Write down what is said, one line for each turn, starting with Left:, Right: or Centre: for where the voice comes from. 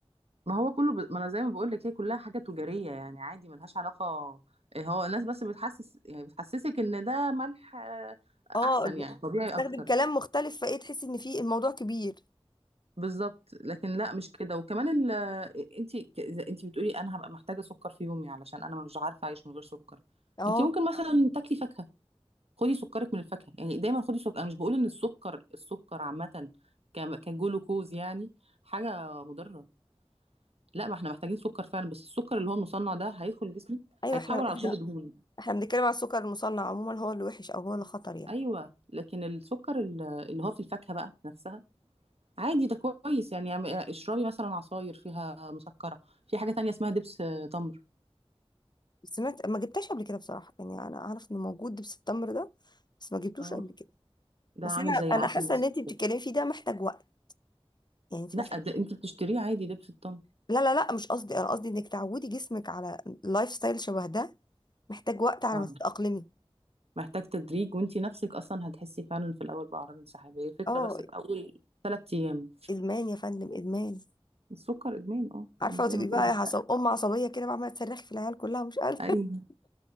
Right: ما هو كله ب... ما انا زي ما بقول لك هي كلها حاجة تجارية يعني عادي ملهاش علاقة إيه هو الناس بس بتحسس يعني بتحسسك ان ده ملح آه،
Left: اه
Right: احسن يعني طبيعي
Left: بيستخدم
Right: اكتر
Left: كلام مختلف فايه تحس ان في الموضوع كبير
Right: بالظبط لكن لا مش كده وكمان ال انت انت بتقولي انا هبقى محتاجه سكر في يومي علشان انا مش عارفه اعيش من غير سكر
Left: اه
Right: انت ممكن مثلا تاكلي فاكهه خدي سكرك من الفاكهه يعني دايما خدي سكر انا مش بقول ان السكر السكر عامه ك- كجلوكوز يعني حاجه مضره لا ما احنا محتاجين سكر فعلا بس السكر اللي هو المصنع ده هيدخل جسمك
Left: ايوه
Right: هيتحول
Left: احنا
Right: على
Left: احنا
Right: كل دهون
Left: احنا بنتكلم على السكر المصنع عموما هو اللي وحش او هو اللي خطر يعني
Right: ايوه لكن السكر ال- اللي هو في الفاكهه بقى نفسها عادي ده كويس يعني عم- اشربي مثلا عصاير فيها مسكرة في حاجة تانية اسمها دبس آه، تمر
Left: سمعت ما جبتهاش قبل كده بصراحه يعني انا اعرف انه موجود دبس التمر ده بس ما جبتوش
Right: اه
Left: قبل كده
Right: ده
Left: بس
Right: عامل
Left: انا
Right: زي
Left: انا
Right: العسل
Left: حاسه
Right: الأسود
Left: ان انت بتتكلمي
Right: كده
Left: فيه ده محتاج وقت يعني انت
Right: لا
Left: محتاجه
Right: ده انت بتشتريه عادي دبس التمر
Left: لا لا لا مش قصدي انا قصدي انك تعودي جسمك على لايف ستايل شبه ده محتاج وقت على
Right: اه
Left: ما تتاقلمي
Right: محتاج تدريج وانت نفسك اصلا هتحسي فعلا في الاول باعراض انسحاب هي فكرة
Left: اه
Right: بس في اول ثلاث ايام
Left: ادمان يا فندم ادمان
Right: السكر ادمان اه
Left: عارفه
Right: انا زي
Left: وتبقي
Right: ما بقول
Left: بقى
Right: لك
Left: عصب ام عصبيه كده بقى عماله تصرخي في العيال كلها ومش قادره
Right: ايوه
Left: <laughs>